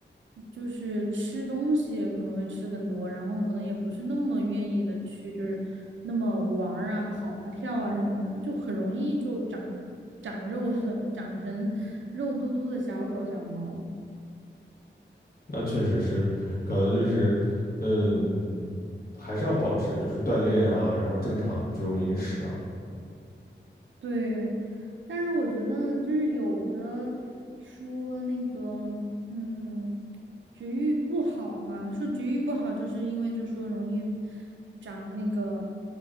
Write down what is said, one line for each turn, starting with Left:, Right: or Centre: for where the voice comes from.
Right: 就是吃东西可能会吃更多，然后可能也不是那么愿意的去就是那么玩儿啊、跑啊、跳啊什么的，就很容易就长长肉了，<laughs> 长成肉嘟嘟的小狗小猫。
Left: 那确实是，可能就是嗯，还是要保持就是锻炼啊，然后正常的这种饮食啊，
Right: 对，但是我觉得就是有的说那个，嗯，绝育不好嘛，说绝育不好，就是因为就说容易长那个，